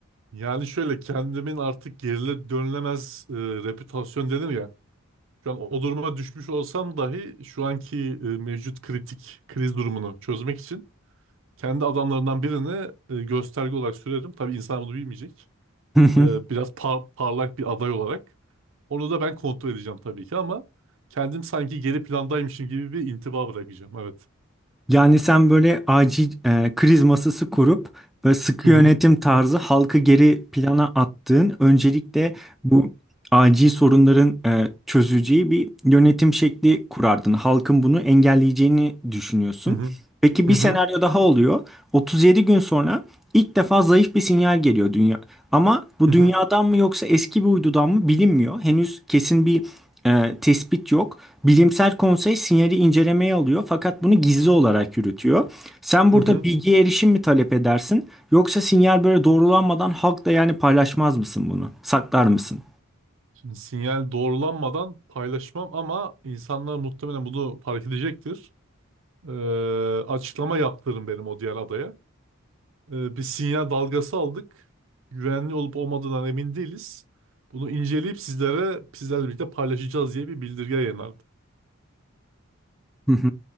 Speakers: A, on the right (about 65°); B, in the centre.
A: Yani şöyle kendimin artık geriye dönülemez e, reputasyon dedim ya. Şu an o duruma düşmüş olsam dahi şu anki e, mevcut kritik kriz durumunu çözmek için kendi adamlarından birine e, gösterge olarak sürerim. Tabii insan bunu bilmeyecek.
B: <laughs>
A: E, biraz par- parlak bir aday olarak. Onu da ben kontrol edeceğim tabii ki ama kendim sanki geri plandaymışım gibi bir intiba bırakacağım. Evet.
B: Yani sen böyle acil e, kriz masası kurup böyle sıkı
A: Hı hı.
B: yönetim tarzı halkı geri plana attığın öncelikle bu acil sorunların e, çözüleceği bir yönetim şekli kurardın. Halkın bunu engelleyeceğini düşünüyorsun.
A: Hı hı.
B: Peki
A: Hı
B: bir senaryo
A: hı.
B: daha oluyor. 37 gün sonra ilk defa zayıf bir sinyal geliyor dünya. Ama bu
A: Hı
B: dünyadan
A: hı.
B: mı yoksa eski bir uydudan mı bilinmiyor. Henüz kesin bir e, tespit yok. Bilimsel konsey sinyali incelemeye alıyor fakat bunu gizli olarak yürütüyor. Sen burada
A: Hı hı.
B: bilgiye erişim mi talep edersin yoksa sinyal böyle doğrulanmadan halkla yani paylaşmaz mısın bunu? Saklar mısın?
A: Sinyal doğrulanmadan paylaşmam ama insanlar muhtemelen bunu fark edecektir. Ee, açıklama yaptırın benim o diğer adaya. Ee, bir sinyal dalgası aldık. Güvenli olup olmadığından emin değiliz. Bunu inceleyip sizlere sizlerle birlikte paylaşacağız diye bir bildirge yayınlardı.
B: <laughs>